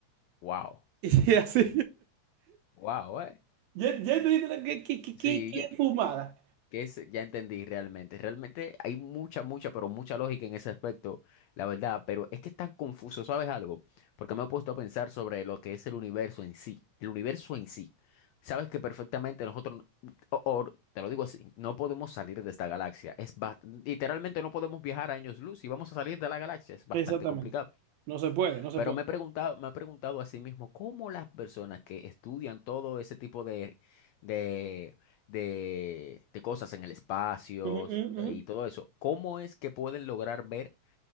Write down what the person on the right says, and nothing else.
Y así.
Ya, ya te diste la- qué, qué, qué
qué- qué fumada.
Exactamente.
No se puede, no se
puede.
Ujú, ujú,
ujú.